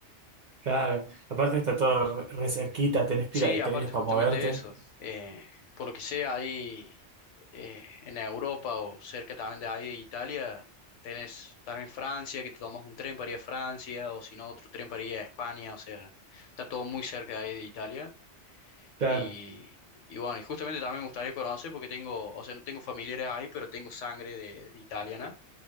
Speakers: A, on the right; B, on the left.
A: Claro. Aparte está todo re, re cerquita, tenés pila
B: Sí,
A: de
B: aparte
A: trenes para
B: justamente
A: moverte.
B: eso, eh, por lo que sea ahí eh, en Europa o cerca también de ahí de Italia, tenés también Francia, que te tomas un tren para ir a Francia o si no otro tren para ir a España, o sea, está todo muy cerca de ahí de Italia
A: Claro,
B: y, y bueno, y justamente también me gustaría conocer porque tengo, o sea, no tengo familiares ahí, pero tengo sangre de, de italiana,